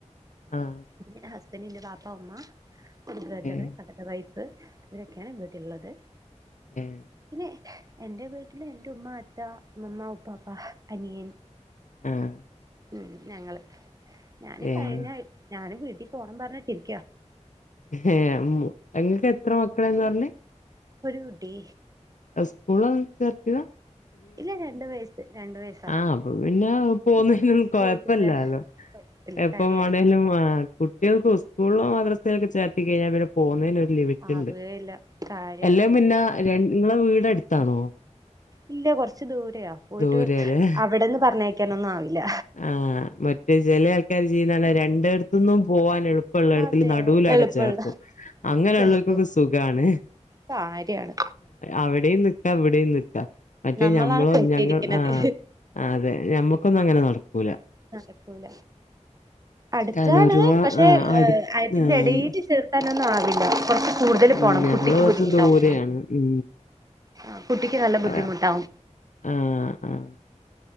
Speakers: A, on the left; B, on the right.
A: ആഹ്
B: പിന്നെ ഹസ്ബെന്റിന്റെ ബാപ്പ ഉമ്മ ഒരു ബ്രദറ്
A: ഏഹ്
B: അവരുടെ വൈഫ് ഇവരൊക്കെയാണ് ഇവിടിള്ളത്
A: ഏഹ്
B: പിന്നെ എന്റെ വീട്ട്ല് എന്റെ ഉമ്മ അത്ത ഇമ്മമ്മ ഉപ്പാപ്പ അനിയൻ
A: ആഹ്
B: ഉം ഞങ്ങള് ഞാന്
A: ഏഹ്
B: കഴിഞ്ഞ ആഴ് ഞാന് വീട്ടി പോണം പറഞ്ഞിട്ടിരിക്ക
A: ഹേ ഉം ഇങ്ങക്ക് എത്ര മക്കളാന്നാ പറഞ്ഞേ
B: ഒരു കുട്ടി
A: ഇസ്കൂളൊന്ന് ചേർത്തിതാ
B: ഇല്ല രണ്ട് വയസ്സ് രണ്ട് വയ
A: ആഹ് അപ്പൊ പിന്നെ പോവുന്നേനൊന്നും കൊഴപ്പല്ലാല്ലോ
B: പോയിട്ട് വരാൻ പറ്റില്ല
A: എപ്പം
B: കാര്യാണ്
A: വാണേലും ആഹ് കുട്ടേൾക്ക് സ്കൂളോ മദ്രസെലൊക്കെ ചേർത്തി കഴിഞ്ഞാ പിന്നെ പോവുന്നേന് ഒരു ലിമിറ്റ്ണ്ട്
B: ആവുകയില്ല കാര്യാണ്
A: എല്ലാം പിന്നെ ര നിങ്ങളെ വീട് അട്ത്താണോ
B: ഇല്ല കൊറച്ച് ദൂരയാ പോയിട്ട്
A: ദൂരെല്ലേ
B: അവിടെന്ന് പറഞ്ഞയക്കാനൊന്നും ആവില്ല
A: ആഹ് മറ്റേ ചെലെ ആൾക്കാര് ച്ചിയ്യുന്നതാണ് രണ്ടേട്ത്തുന്നും പോവാൻ എളുപ്പള്ളടത്തിൽ
B: അതെ
A: നടുവിലാടെ
B: എളുപ്പള്ള
A: ചേർത്തും അങ്ങനെ
B: ചെറുതും
A: ഇള്ളോൽക്കൊക്ക സുഖാണ്
B: കാര്യാണ്
A: അവിടെം നിക്ക ഇവിടെം നിക്കാം മറ്റേ
B: നമ്മളാണ്
A: ഞമ്മളോ
B: പെട്ടിരിക്കണത്
A: ഞങ്ങ ആഹ് അതെ ഞമ്മു ക്കൊന്നും അങ്ങനെ നടക്കൂല
B: നടക്കൂല അട്ത്താണ്
A: കാരണം ഒരുപാ
B: പക്ഷെ
A: ആ
B: ഏഹ്
A: അടു
B: അയത്തിന്റെ എടേല് ചേർ ക്കാന്നൊന്നും ആവില്ല കൊറച്ച് കൂട്തല്
A: ഉം
B: പോണം
A: ഞമ്മള്
B: കുട്ടിക്ക്
A: കൊറച്ച്
B: ബുദ്ധിമുട്ടാവും
A: ദൂരെയാണ് ഉം
B: ആഹ് കുട്ടിക്ക് നല്ല ബുദ്ധിമുട്ടാവും
A: അതെ ആഹ് ആഹ്